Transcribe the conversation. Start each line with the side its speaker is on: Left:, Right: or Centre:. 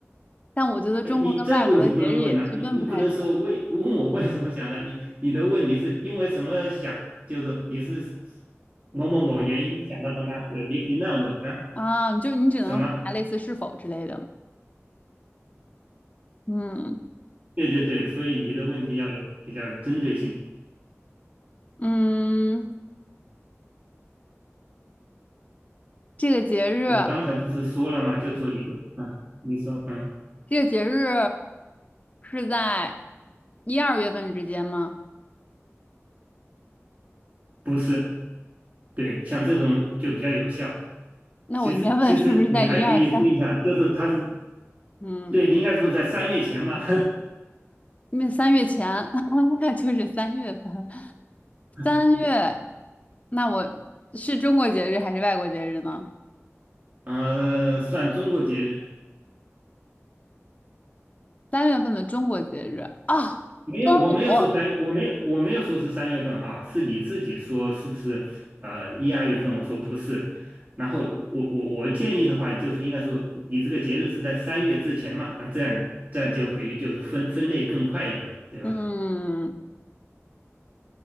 Left: 但我觉得中国跟外国的节日也区分不太出来
Right: 哎，你这个问题不能问呐、你你不能说为问我为什么想的，你你的问你是因为什么想，就是你是某某某原因想到的吗？对，你可以那样问啊，
Left: 啊，你就你只能回答类似是否之类的。
Right: 什么？
Left: 嗯
Right: 对对对，所以你的问题要有比较针对性。
Left: 嗯，这个节日，
Right: 我刚才不是说了吗？就是说你说嗯，你说嗯，
Left: 这个节日是在一二月份之间吗？
Right: 不是，对，像这种就比较有效。
Left: 那我应该问是不是在一二三？
Right: 其实其实你还可以问一下，就是他是
Left: 嗯，
Right: 对，你应该是在三月前吧。
Left: 因为三月前，<laughs> 那就是三月份。
Right: <laughs>
Left: 三月，那我是中国节日还是外国节日呢？
Right: 呃，算中国节日，
Left: 三月份的中国节日啊，
Right: 没有，
Left: 端午。
Right: 我没有说三，我没有，我没有说是三月份哈，是你自己说是不是？呃，一二月份，我说不是。然后我我我建议的话，就是应该说你这个节日是在三月之前嘛，那这样这样就可以就是分分类更快一点嘛，对吧？
Left: 嗯，